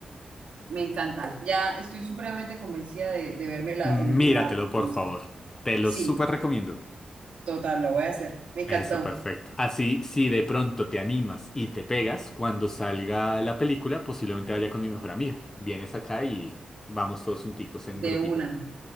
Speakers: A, on the right; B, on the left.
A: me encanta. Ya estoy supremamente convencida de, de verme la-
B: Míratelo,
A: el último arte, entonces.
B: por favor. Te lo
A: Sí,
B: súper recomiendo.
A: total, lo voy a hacer. Me encantó.
B: Eso, perfecto. Así, si de pronto te animas y te pegas, cuando salga la película, posiblemente vaya con mi mejor amiga. Vienes acá y vamos todos junticos en
A: De
B: grupito.
A: una,